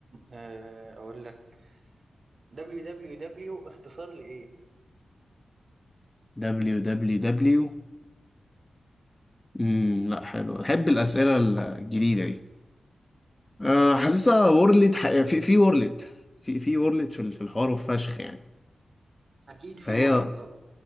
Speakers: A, on the right; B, on the left.
A: آه اقول لك www اختصار لايه؟
B: دبليو دبليو دبليو امم لا حلو احب الاسئله الجديده دي أه حاسسها وورلد ح... في في وورلد في في وورلد في ال- في الحوار وفشخ يعني
A: اكيد في
B: فهي
A: وورلد اه